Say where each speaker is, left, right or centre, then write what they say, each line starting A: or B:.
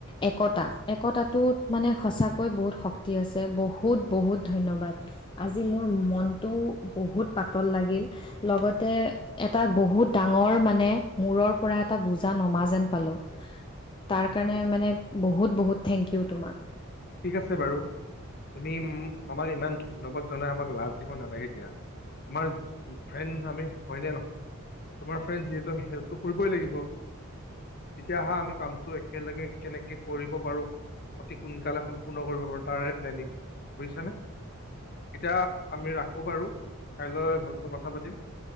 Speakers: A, on the left (about 25°); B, on the left (about 45°).
A: একতা। একতাটোত মানে সঁচাকৈ বহুত শক্তি আছে বহুত- বহুত ধন্যবাদ। আজি মোৰ মনটো বহুত পাতল লাগিল। লগতে এটা বহুত ডাঙৰ মানে মূৰৰ পৰা এটা বুজা নমা যেন পালোঁ, তাৰ কাৰণে মানে বহুত বহুত থেংক ইউ তোমাক।
B: ঠিক আছে বাৰু। তুমি উম, আমাক ইমান ধন্যবাদ জনাই আমাক লাজ দিব নালাগে দিয়া। তোমাৰ ফ্ৰেণ্ড আমি হয়নে নহয়? তোমাৰ ফ্ৰেড যিহেতু আমি হেল্পটো কৰিবই লাগিব। তেতিয়া আহা আমি কামটো একেলগে কেনেকে কৰিব পাৰোঁ। অতি সোন কালে সম্পূৰ্ণ কৰিব পাৰোঁ, তাৰে প্লেনিং <inaudible> বুজিছানে? এতিয়া আমি ৰাখো বাৰু। কাইলৈ ভালকৈ কথা পাতিম,